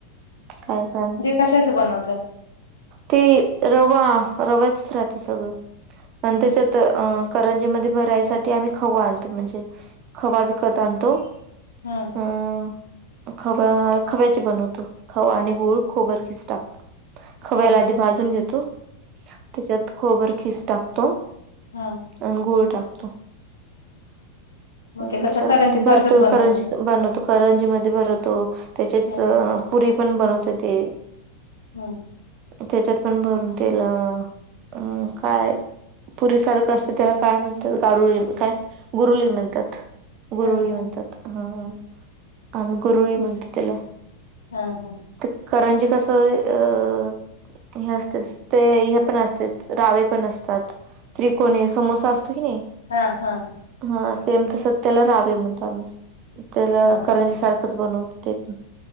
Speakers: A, on the right; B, on the left.
A: काय काम.
B: कशाचं बनवताय.
A: ते रवा रव्याचच राहते सगळं आणि त्याच्यात अ करंजीमध्ये भरायसाठी आम्ही खव्वा आणतो म्हणजे खवा विकत आणतो.
B: हम्म
A: अ खवा खव्याचे बनवतो खवा आणि गूळ खोबरकीस टाक खव्याला
B: मग
A: आधी भाजून घेतो त्याच्यात खोबर खीस टाकतो.
B: हा
A: अन गुळ टाकतो. हम्म
B: ते कसं
A: छान
B: करंजी सारखंच
A: भरतो
B: बनवत
A: करंजीच बनवतो. करंजी मध्ये भरतो त्याचेच
B: ह
A: पुरी पण बनवते येते.
B: हम्म
A: त्याच्यात पण भरून तेल अ काय पुरी सारखं असते त्याला काय म्हणतात गारुळी काय गुरुली म्हणतात गुरुली
B: ह ह
A: म्हणतात हा हा आमी गुरुळी म्हणतो त्याला
B: हा हा
A: ते करंजी कसं अ हे असत्यात ते हे पण असत्यात रावे पण असतात. त्रिकोणी
B: ह
A: समोसा असतो की नाही
B: हा हा
A: हा अस तेेम तसं त्याला रावे म्हणतो आम्ही त्याला
B: अच्छा
A: करंजी सारखंच बनवतो ते पण